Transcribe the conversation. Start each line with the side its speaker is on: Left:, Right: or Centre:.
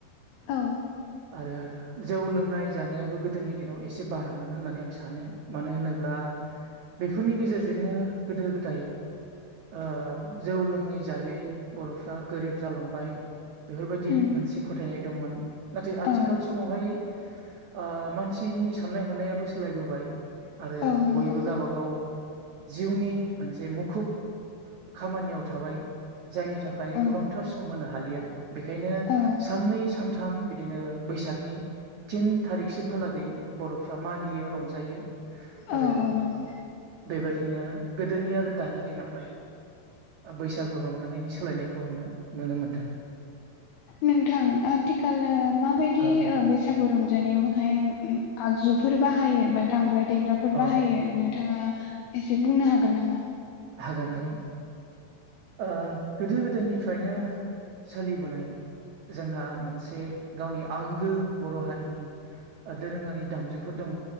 Left: औ
Right: आरो जौ लोंनाय जानायाबो गोदोनि दिनाव एसे बारामोन होननानै आं सानो। मानो होनोब्ला बेफोरनि गेजेरजोंनो गोदो गोदाय ओ जौ लोङै जायै बर'फ्रा गोरिब जालांबाय। बेफोरबादि
Left: उम
Right: मोनसे फोथायनाय दंमोन। नाथाय आथिखाल
Left: औ
Right: समावहाय ओ मानसिनि साननाय हनायाबो सोलायबोबाय आरो
Left: औ नंगौ
Right: बयबो गाबागाव जिउनि मोनसे मुखुब खामानियाव थाबाय जायनि थाखाय
Left: औ
Right: गोबांथार सम होनो हालिया बेखायनो
Left: औ
Right: साननै सानथाम बिदिनो बैसागनि थिन थारिखसिमहालागै बर'फ्रा मागियो रंजायो आरो
Left: औ औ नंगौ
Right: बेबायदिनो गोदोनि आरो दानि दिनावहाय बैसागु रंजानायनि सोलायनायखौ आङो नुनो मोनदों
Left: नोंथां आथिखालाव माबायदि
Right: औ
Left: बैसागु रंजानायावहाय आगजुफोर बाहायो बा दामग्रा देग्राफोर
Right: औ
Left: बाहायो नोंथाङा एसे बुंनो हागोन नामा
Right: हागोन हागोन ओ गोदो गोदायनिफ्रायनो सोलिबोनाय जोंहा मोनसे गावनि आंगो बर' हारिनि दोरोङारि दामजुफोर दङ